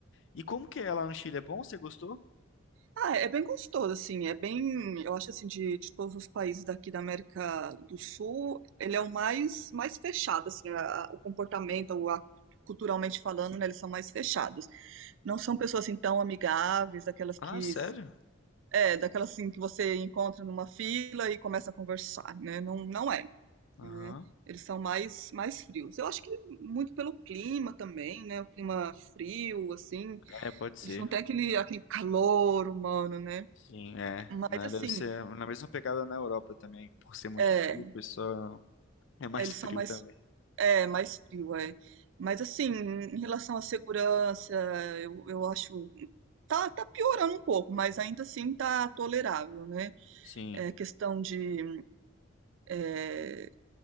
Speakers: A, on the left; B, on the right.
A: E como que é lá no Chile? É bom? Você gostou?
B: Ah, é bem gostoso, assim, é bem, eu acho assim, de, de todos os países daqui da América do Sul, ele é o mais, mais fechado, assim, a- o comportamento, o, a- culturalmente falando, né, eles são mais fechados. Não são pessoas, assim, tão amigáveis, daquelas
A: Ah,
B: que,
A: sério?
B: é, daquelas, assim, que você encontra numa fila e começa a conversar, né, não, não é,
A: Aham.
B: né, eles são mais, mais frios. Eu acho que muito pelo clima também, né, o clima frio, assim,
A: É, pode ser.
B: eles não têm aquele, aquele calor humano, né,
A: Sim, é,
B: mas
A: né?
B: assim,
A: Deve ser na mesma pegada na Europa também, por ser muito
B: é,
A: frio, o pessoal <laughs> é mais
B: eles
A: frio
B: são mais,
A: também.
B: é, mais frio, é. Mas assim, em relação à segurança, eu, eu acho. Tá, tá piorando um pouco, mas ainda assim tá tolerável, né?
A: Sim.
B: É questão de é,